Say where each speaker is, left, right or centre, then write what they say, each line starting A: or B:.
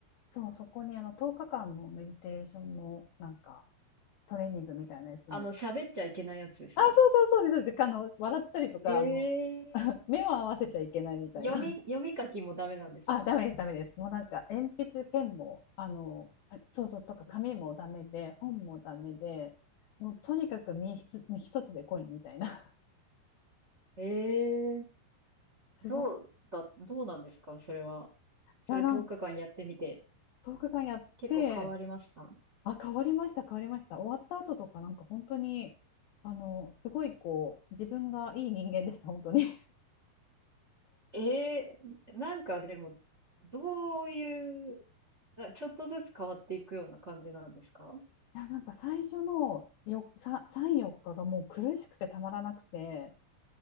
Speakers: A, on the left; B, on the right.
A: そう、そこにあの10日間のメディテーションのなんかトレーニングみたいなやつに。
B: あの、喋っちゃいけないやつですよね。
A: あ、そうそうそうです。そうですあの、笑ったりとか、
B: ええ
A: あの、<laughs> 目を合わせちゃいけないみたいな。
B: 読み、
A: <laughs>
B: 読み書きもダメなんですよね。
A: あ、ダメです、ダメです。もうなんか鉛筆、ペンも、あの、あそうそう、とか紙もダメで、本もダメで、もうとにかく身一つ身一つでコインみたいな。
B: ええ
A: <laughs> すごい。
B: どうだ、
A: い
B: どうなんですかそれは。それ10日間やってみて、
A: や、なんか10日間やって、
B: 結構変わりました
A: あ、変わりました、変わりました。終わった後とか、なんか本当に、あの、すごいこう、自分がいい人間でした、本当に。<laughs> い
B: ええなんかでも、どういう、なちょっとずつ変わっていくような感じなんですか
A: や、なんか最初のよ、さ、3、4日がもう苦しくてたまらなくて、